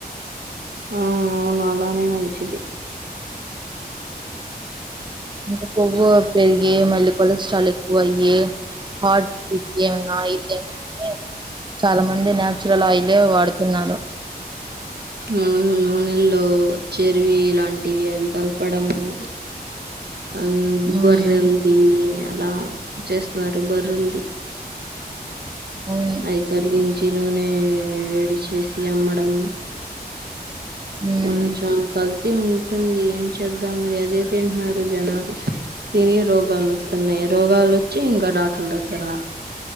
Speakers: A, on the right; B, on the right.
A: ఆ అవును అలానే మంచిది
B: ఇంక కొవ్వు పెరిగి మళ్ళీ కొలెస్ట్రాల్ ఎక్కువయ్యి హార్ట్ బీట్ ఏమనా అయితేేే చాలా మంది న్యాచురల్ ఆయిలే వాడుతున్నారు
A: మ్ నూనెల్లో చెరివి ఇలాంటివి అవి క పడము అం
B: ఉమ్
A: గొర్రెల్దీ అలా చేస్తున్నారు బర్రెలది
B: అవును
A: అయి కరిగిం చి నూనె వేడి చేసి అమ్మడం
B: ఉమ్
A: కొంచెం కల్ తి ఉంటుంది ఏం చేద్దాం మరి అదే తింటున్నారు జనాలు తిని రోగాలు వస్తున్నాయి రోగాలొచ్చి ఇంకా డాక్టర్ల దగ్గరలా